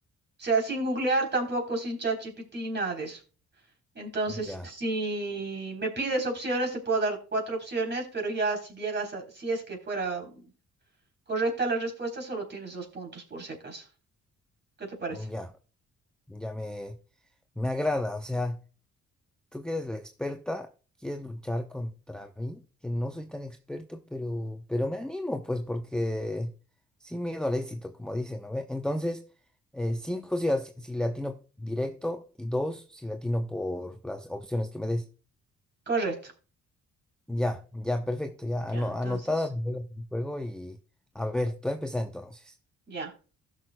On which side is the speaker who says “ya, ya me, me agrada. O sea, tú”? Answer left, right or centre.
Centre